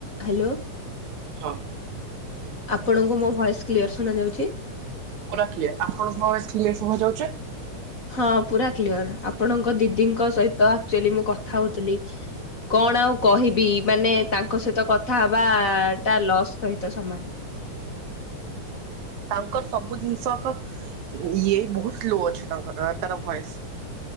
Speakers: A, on the left (about 30°); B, on the right (about 75°).
A: Hello.
B: ହଁ।
A: ଆପଣଙ୍କୁ ମୋ ଭଏସ୍ କ୍ଲିୟର ଶୁଣା ଯାଉଚି?
B: ପୁରା କ୍ଲିୟର। ଆପଣଙ୍କ ଭଏସ୍ କ୍ଲିୟର ଶୁଭାଯାଉଚି।
A: ହଁ ପୁରା କ୍ଲିଅର। ଆପଣଙ୍କ ଦିଦିଙ୍କ ସହିତ ଆକଚୁଆଲି ମୁଁ କଥା ହଉଥିଲି। କଣ ଆଉ କହିବି, ମାନେ ତାଙ୍କ ସହିତ କଥା ହବା ଟା ଲସ୍ ସହିତ ସମାନ।
B: ତାଙ୍କର ସବୁ ଜିନିଷ କ ଇଏ ବହୁତ ସ୍ଲୋ ଅଛି ତାଙ୍କର ତାର ଭଏସ୍।